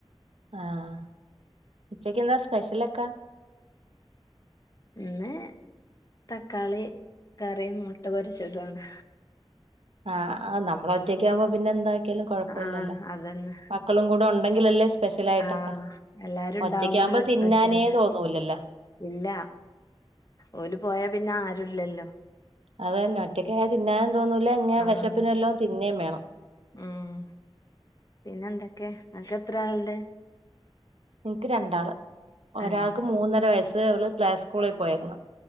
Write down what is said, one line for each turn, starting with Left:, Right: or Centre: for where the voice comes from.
Right: ആഹ്. ഉച്ചക്ക് എന്താ സ്പെഷ്യലൊക്കെ?
Left: ഇന്ന് തക്കാളി കറിയും, മുട്ട പൊരിച്ചതു ആണ്.
Right: ആഹ്. ആ നമ്മള് ഒറ്റയ്ക്ക് ആവു മ്പം പിന്നെ എന്താക്കിയാലും കൊഴപ്പല്ലല്ലൊ.
Left: ആഹ് അതന്നെ
Right: മ.... ക്കളും കൂടെ ഒണ്ടെങ്കിലല്ലെ സ്പെഷ്യലായിട്ടൊക്കെ.
Left: ആഹ് എല്ലാരും ഉണ്ടാവുമ്പോഴല്ലേ
Right: ഒറ്റയ്ക്കാ വുമ്പ തിന്നാനേ
Left: സ്പെഷ്യൽ
Right: തോന്നൂലല്ലാ.
Left: ഇല്ല. ഓല് പോയാ പിന്നെ ആരുല്ലല്ലൊ.
Right: അതെന്നെ. ഒറ്റയ്ക്കായ തിന്നാനും തോന്നൂല ഇങ്ങെ
Left: ആഹ്
Right: വെശപ്പ്ന് വെലോം തിന്നേയും വേണം.
Left: ഉം പിന്നെ എന്തൊക്കെ നിനക്ക് എത്ര ആൾ ഉണ്ട്.
Right: എനിക്ക് രണ്ടാള് ഒരാൾക്ക്
Left: ഏഹ്
Right: മൂന്നര വയസ്സ് അവള് പ്ലേ സ്കൂളിൽ പോയേക്ക്ണ്.